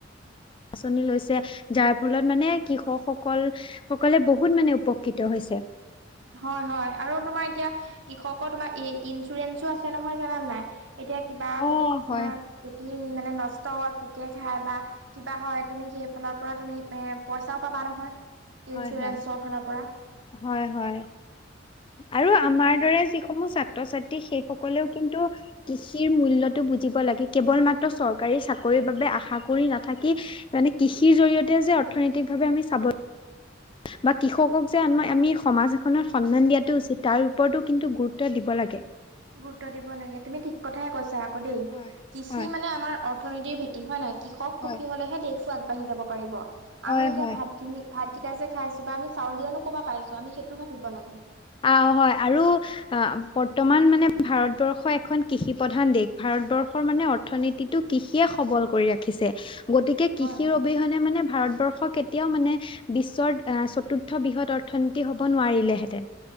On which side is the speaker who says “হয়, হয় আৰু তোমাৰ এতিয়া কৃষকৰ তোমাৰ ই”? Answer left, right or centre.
Right